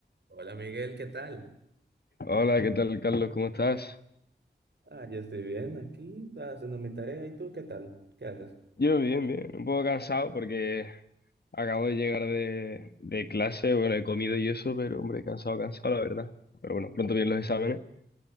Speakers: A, on the right; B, on the left.
A: Hola Miguel, ¿qué tal?
B: Hola, ¿qué tal, Carlos? ¿Cómo estás?
A: Ah, yo estoy bien aquí, ah, haciendo mi tarea. ¿Y tú qué tal? ¿Qué haces?
B: Yo bien, bien. Un poco cansado porque acabo de llegar de, de clase, bueno, he comido y eso, pero hombre, cansado, cansado, la verdad. Pero bueno, pronto vienen los exámenes